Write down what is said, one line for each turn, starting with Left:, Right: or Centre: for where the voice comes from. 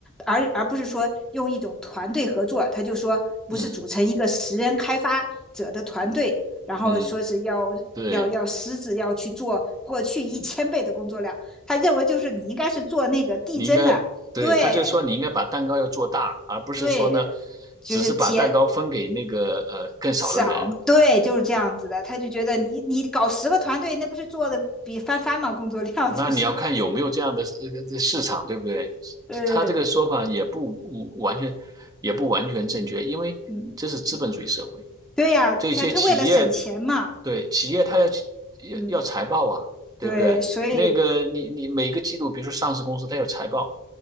Centre: 而而不是说用一种团队合作。他就说，不是组成一个十人开发者的团队，
Right: 嗯
Centre: 然后说是要要要狮子要去做过去一千倍的工作量，
Right: 嗯，对，
Centre: 他认为就是你应该是做那个递增的，
Right: 你应该，对，
Centre: 对
Right: 他就说你应该把蛋糕要做大，而不是说呢，
Centre: 对，就是减
Right: 只是把蛋糕分给那个呃更少的人。
Centre: 少，对，就是这样子的，他就觉得你你搞十个团队，那不是做的比翻番嘛，工作量就是
Right: 那你要看有没有这样的呃这市场，对不对？
Centre: 呃
Right: 他这个说法也不完全，也不完全正确，因为这是资本主义社会，
Centre: 嗯，对呀、才他他为了省钱嘛，
Right: 这些企业，对，企业它要要要财报啊，
Centre: 嗯，对，
Right: 对不对？
Centre: 所以
Right: 那个你你每个季度，比如说上市公司，它有财报。